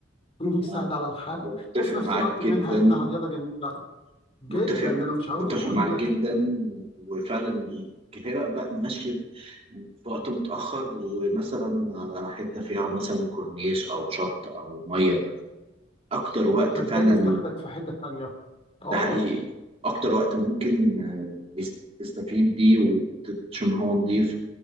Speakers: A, on the left; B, on the right.
A: وبيساعد
B: أنا
A: على الحرق
B: متفق
A: وفي
B: معاك
A: نفس الوقت منها
B: جدا
A: انها رياضه جميله جدا
B: متفق
A: ده انا مش عاوز
B: متفق
A: اقول
B: معاك
A: لك
B: جدا وفعلا كفايه بقى ماشي في وقت متاخر ومثلا على حته فيها مثلا كورنيش او شط او ميه اكتر وقت
A: صدقني
B: فعلا
A: بتاخدك في حته ثانيه اه
B: ده حقيقي اكتر وقت ممكن آه، يس- تستفيد بيه وعشان هو نضيف